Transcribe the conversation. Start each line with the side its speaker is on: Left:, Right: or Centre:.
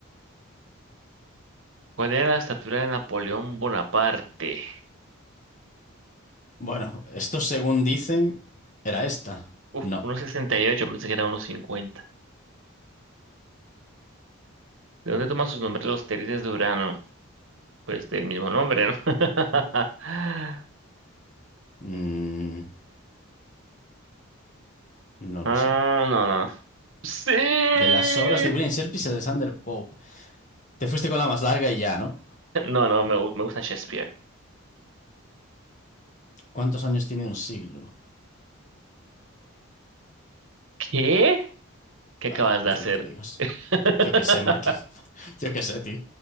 Right: ¿Cuál era la estatura de Napoleón Bonaparte?
Left: Bueno, esto según dicen, era esta.
Right: Uf,
Left: No.
Right: unos sesenta y ocho pensé que era unos cincuenta ¿De dónde toman sus nombres los satélites de Urano? Pues del mismo nombre, ¿no? <laughs>
Left: Mm, no
Right: Ah,
Left: lo sé.
Right: no, no. no. Sí.
Left: De las obras de William
Right: <laughs>
Left: Shakespeare y Alexander Pope. Te fuiste con la más larga y ya, ¿no?
Right: No, no, me, gu- me gusta Shakespeare.
Left: ¿Cuántos años tiene un siglo?
Right: ¿Qué? ¿Qué
Left: Vale,
Right: acabas
Left: pues
Right: de hacer?
Left: lo que tú digas.
Right: <laughs>
Left: Yo qué sé, Marque. <laughs> Yo qué sé, tío.